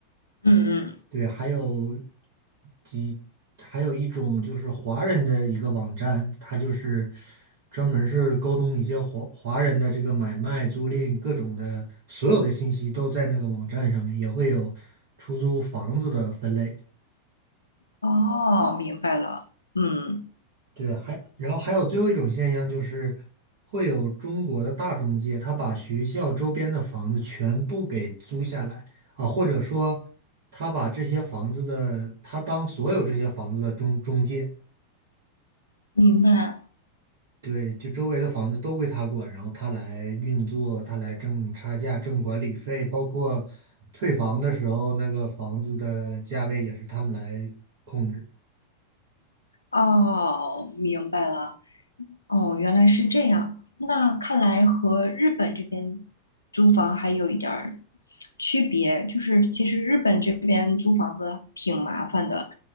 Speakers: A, on the left (about 80°); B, on the right (about 50°).
A: 嗯嗯。
B: 对，还有几，还有一种就是华人的一个网站，它就是专门儿是沟通一些华华人的这个买卖、租赁各种的所有的信息都在那个网站上面，也会有出租房子的分类。
A: 哦，明白了，嗯，
B: 对，还然后还有最后一种现象就是会有中国的大中介，他把学校周边的房子全部给租下来啊，或者说他把这些房子的，他当所有这些房子的中中介。
A: 明白，
B: 对，就周围的房子都归他管，然后他来运作，他来挣差价、挣管理费，包括退房的时候，那个房子的价位也是他们来控制。
A: 哦，明白了，哦，原来是这样。那看来和日本这边租房还有一点儿区别，就是其实日本这边租房子挺麻烦的。